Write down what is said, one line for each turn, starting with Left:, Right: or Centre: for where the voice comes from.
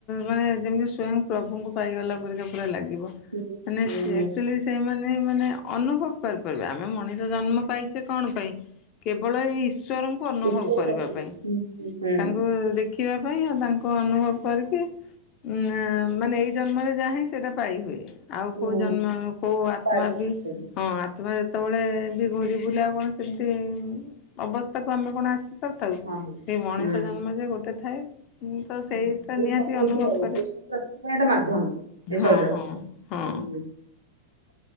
Left: ମାନେ ଯେମିତି ସ୍ଵୟଂ ପ୍ରଭୁଙ୍କୁ ପାଇଗଲା ପରିକା ପୁରା ଲାଗେ। ଯିବ
Right: ହୁଁ
Left: ମାନେ
Right: ହୁଁ
Left: ଆକ୍ଟୁଲି ସେ ମାନେ ମାନେ ଅନୁଭବ କରିପାରିବା ଆମେ ମଣିଷ ଜନ୍ମ ପାଇଛେ କଣ ପାଇଁ? କେବଳ ଏଇ ଈଶ୍ୱରଙ୍କୁ ଅନୁଭବ
Right: ଈଶ୍ୱର
Left: କରିବା
Right: ଭକ୍ତିରେ
Left: ପାଇଁ।
Right: ହୁଁ ହୁଁ। ହୁଁ
Left: ତାଙ୍କୁ ଦେଖିବା ପାଇଁ ଆଉ ତାଙ୍କୁ ଅନୁଭବ କରିକି ଉଁ ମାନେ ଏଇ ଜନ୍ମରେ ଯାହା ହିଁ ସେଇଟା ପାଇହୁୁଏ। ଆଉ
Right: ହୁଁ
Left: କୋଉ ଜନ୍ମ କୋଉ ଆତ୍ମା
Right: ପାରିବ
Left: ବି
Right: ହୁଁ
Left: ହଁ ଆତ୍ମା ଯେତେବେଳେ ଘୁରି ବୁଲେ ଆଉ କଣ ସେମିତି ଅବସ୍ଥାକୁ ଆମେ କଣ ଆସି ପାରିଥାଉ
Right: ହଁ।
Left: ଏଇ ମଣିଷ
Right: ହୁଁ
Left: ମଝିରେ ଗୋଟେ ଥାଏ। ତ ସେଇଟା
Right: ହୁଁ
Left: ନିହାତି
Right: ସବୁ
Left: ଅନୁଭବ
Right: କିିବ <unintelligible>
Left: କରେ
Right: ପାଇଁ ଏଟା ମାଧ୍ୟମ ଏ
Left: ହଁ
Right: ଶରୀର
Left: ହଁ ହଁ
Right: ହୁଁ। ହ